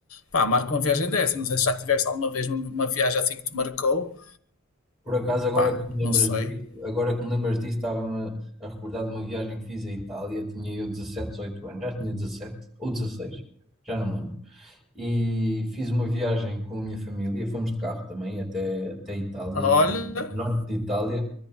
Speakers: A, on the left (about 85°); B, in the centre.
A: pá, marca uma viagem dessa. Não sei se já tiveste alguma vez uma viagem assim que te marcou,
B: Por acaso, agora
A: pá,
B: que me
A: não
B: lembras
A: sei.
B: disso, agora que me lembras disso, estava-me a recordar de uma viagem que fiz à Itália, tinha eu 17, 18 anos, já tinha 17 ou dezasseis já não me lembro e fiz uma viagem com a minha família. Fomos de carro também até, até Itália,
A: Olha,
B: até o norte de Itália.